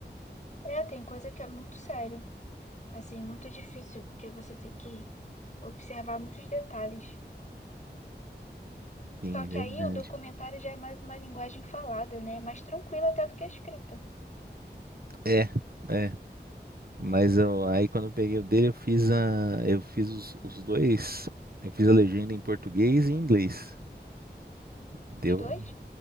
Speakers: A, on the left (about 40°); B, on the right (about 55°).
A: É, tem coisa que é muito sério, assim, muito difícil, porque você tem que observar muitos detalhes.
B: Sim,
A: Só
B: verdade.
A: que aí o documentário já é mais uma linguagem falada, né? Mais tranquila até do que a escrita.
B: É, é. Mas eu, aí quando eu peguei o dele, eu fiz a, eu fiz os, os dois, eu fiz a legenda em português e em inglês. Deu,
A: Os dois